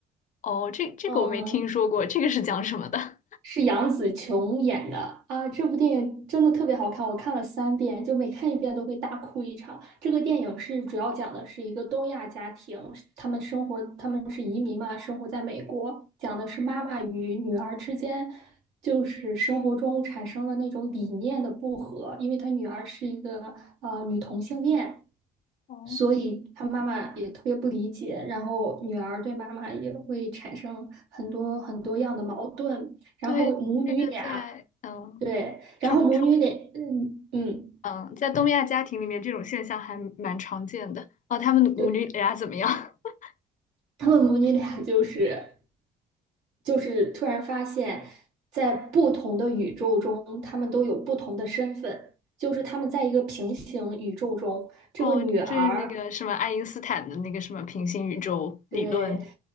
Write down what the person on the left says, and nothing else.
哦，这这个我没听说过，
这个是讲什么的？
哦，
对，这个在嗯
中中
嗯在东亚家庭里面，这种现象还蛮常见的。哦，他们母女俩怎么样？
<laughs>
哦，就是那个什么爱因斯坦的那个什么平行宇宙理论。